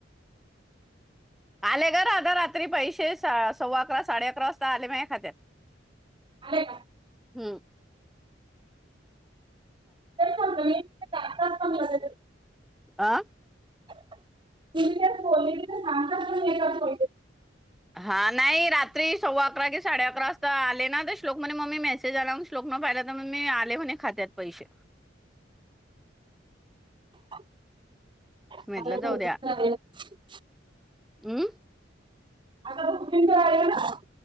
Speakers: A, in the centre; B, on the right.
A: आले ग राधा रात्री पैसे, सव्वा अकरा साडे अकरा वाजता आले माझ्या खात्यात.
B: आले का
A: हम्म
B: तेन सांगतो मी सग
A: आं
B: त त्या बली सांगत काोलते <unintelligible>
A: हा, नाही रात्री सव्वा अकरा क साडे अकरा वाजता आले ना तर श्लोक म्हणे मम्मी मेसेज आलाून श्लोक,,, मग पाहिला, तर मग मी आले होणे खात्यात पैसे.
B: आ
A: म्हटलं जाऊ हम्
B: आता आता कुठ ना <unintelligible>